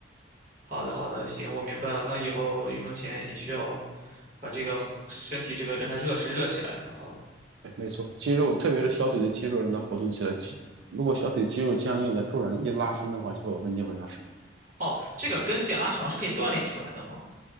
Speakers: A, on the right; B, on the right.
A: <laughs> 好的，好的，行，我明白了。那以后运动前也需要把这个身体这个让它热身热起来，然后
B: 对，没错，肌肉特别是小腿的肌肉让它活动起来，肌如果小腿肌肉僵硬的，突然一拉伸的话，就会有跟腱会拉伤。
A: 哦，这个跟腱拉长是可以锻炼出来的吗？